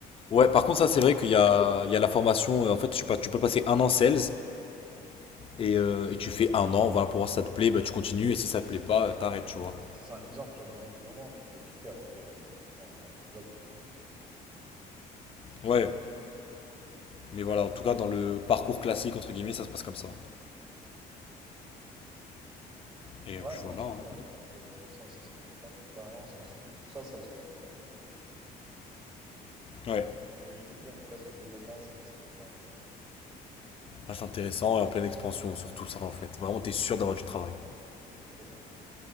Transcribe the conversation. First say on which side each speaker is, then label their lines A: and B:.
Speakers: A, on the left (about 35°); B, on the right (about 35°).
A: Ouais, par contre,
B: Après,
A: ça, c'est
B: t'es-
A: vrai qu'il y a, il y a la formation. euh, en fait, tu, pas, tu peux passer un an sales et, euh, et tu fais un an. Voilà, pour voir si ça te plaît, bah, tu continues. Et si ça te plaît pas, euh, t'arrêtes, tu vois.
B: Ça, c'est un exemple, tu vois, mais hein, vraiment, tu peux tout faire après. euh, franchement, il y a rien qui te bloque, tu vois.
A: Ouais, mais voilà, en tout cas, dans le parcours classique, entre guillemets, ça se passe comme ça.
B: Ok.
A: Et
B: Ouais,
A: puis
B: moi,
A: voilà.
B: je t'ai
A: hein.
B: dit, hein, le truc le plus intéressant, ça serait de faire de l'expérience et ensuite, tout ça, ça se voit après, en fait.
A: Ouais.
B: Mais je te dis, en tout cas, ce domaine-là, ça reste super intéressant.
A: Ah, c'est intéressant et en pleine expansion, surtout ça, en fait. Vraiment, t'es sûr d'avoir du travail.
B: Exactement.